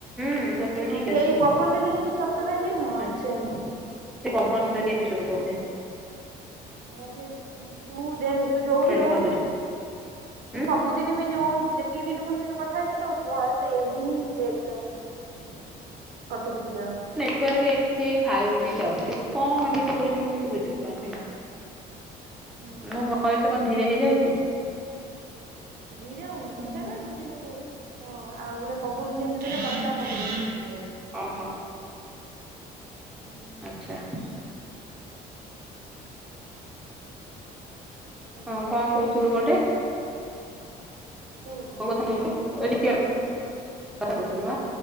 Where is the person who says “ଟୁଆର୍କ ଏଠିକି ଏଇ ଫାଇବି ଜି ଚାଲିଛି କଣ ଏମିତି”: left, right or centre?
Centre